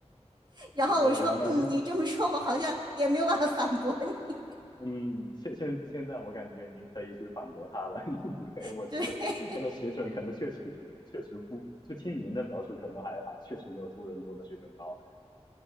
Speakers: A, on the right; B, on the left.
A: <laughs> 然后我说，
B: 呃，那
A: 嗯，
B: <laughs>
A: 你这么说，我好像也没有办法反驳你。
B: 嗯，现现现在我感觉您可以去反驳他了，<laughs> 因为我觉得他的水准可能确实确实不，
A: <laughs> 对，
B: 就听您的描述，可能还还确实没有多伦多的水准高。